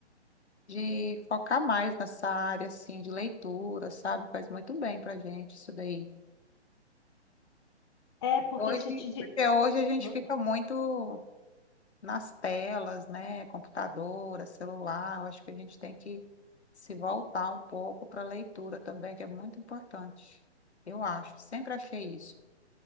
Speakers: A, on the left (about 70°); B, on the left (about 25°).
A: de focar mais nessa área, assim, de leitura, sabe? Faz muito bem pra gente isso daí.
B: É, porque
A: Hoje,
B: te, te di-
A: porque hoje a gente
B: você-
A: fica muito nas telas, né? Computadora, celular. Eu acho que a gente tem que se voltar um pouco para a leitura também, que é muito importante. Eu acho, sempre achei isso.